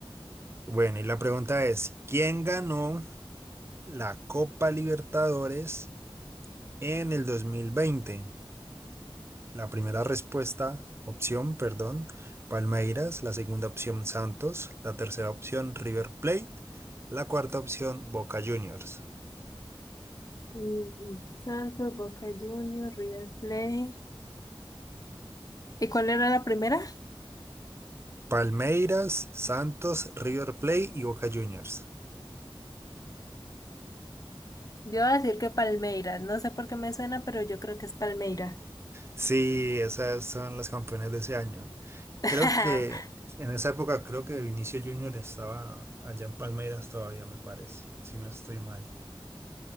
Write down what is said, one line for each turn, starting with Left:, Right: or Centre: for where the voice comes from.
Right: Bueno, y la pregunta es, ¿quién ganó la Copa Libertadores en el 2020? La primera respuesta, opción, perdón, Palmeiras, la segunda opción, Santos, la tercera opción, River Plate, la cuarta opción, Boca Juniors.
Left: Mm, Santos, Boca Juniors, River Plate. ¿Y cuál era la primera?
Right: Palmeiras, Santos, River Plate y Boca Juniors.
Left: Yo iba a decir que Palmeiras. No sé por qué me suena, pero yo creo que es Palmeiras.
Right: Sí, esas son las campeonas de ese año.
Left: <laughs>
Right: Creo que en esa época, creo que Vinicio Junior estaba allá en Palmeiras todavía, me parece, si no estoy mal.